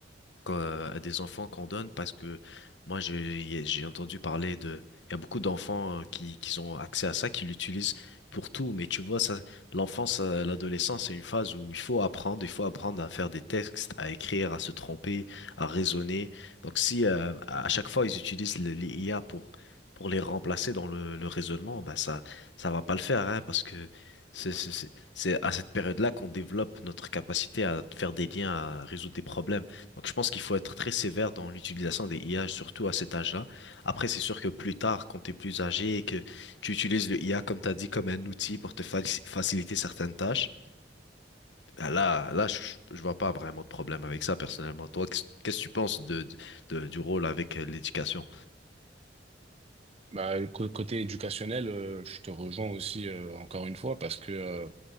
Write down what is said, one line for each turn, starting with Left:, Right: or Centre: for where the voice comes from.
Left: quand- à des enfants qu'on donne parce que moi j'ai j'ai entendu parler de il y a beaucoup d'enfants euh, qui qui ont accès à ça qui l'utilisent pour tout mais tu vois ça l'enfance euh, l'adolescence c'est une phase où il faut apprendre il faut apprendre à faire des textes à écrire à se tromper à raisonner donc si euh, à chaque fois ils utilisent le- les IA pour pour les remplacer dans le, le raisonnement bah ça ça va pas le faire hein, parce que C'est c'est- c'est- c'est à cette période-là qu'on développe notre capacité à faire des liens, à résoudre des problèmes. Donc, je pense qu'il faut être très sévère dans l'utilisation des IA, surtout à cet âge-là. Après, c'est sûr que plus tard, quand tu es plus âgé et que tu utilises le IA, comme tu as dit, comme un outil pour te faci- faciliter certaines tâches, ben là, là, je, je vois pas vraiment de problème avec ça, personnellement. Toi, qu'est-ce qu'est-ce que tu penses de, de- de- du rôle avec euh, l'éducation?
Right: Bah, cô- côté éducationnel, euh, je te rejoins aussi euh, encore une fois parce que euh,